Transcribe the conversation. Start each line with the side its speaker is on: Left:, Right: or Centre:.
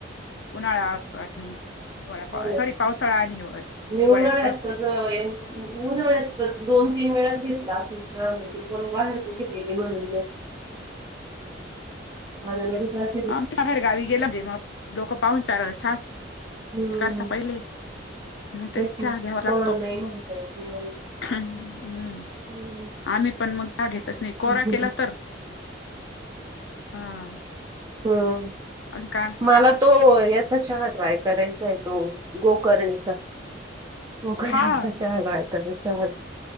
Left: उन्हाळा आणि हिवाळा
Right: हो
Left: पा
Right: ना.
Left: सॉरी पावसाळा आणि
Right: मी
Left: हिवाळ्यात
Right: उन्हाळ्यात
Left: परत,
Right: तर एम- उन्हाळ्यात तर दोन तीन वेळाच घेतला असेल चहा बाहेर कुठे गेली म्हणून, ून जास्त <inaudible>
Left: आम्हच्या जर गावी गेले जेव्हा लोक पाहूनचाराला चहाच
Right: हम्म.
Left: करतात पहिले. मग ते
Right: तेच
Left: चहा
Right: ना.
Left: घ्यावा लागतो.
Right: कोणाला नाही म्हणता येत याला.
Left: हं
Right: हम्म.
Left: आम्ही पण मागतच नाही कोरा
Right: हम्म.
Left: केला तर हां
Right: हम्म
Left: अनी काय.
Right: मला तो याचा चहा ट्राय करायचा आहे, तो गोकर्णाचा. गोकर्णचा
Left: हा
Right: चहा ट्राय करायचा मला.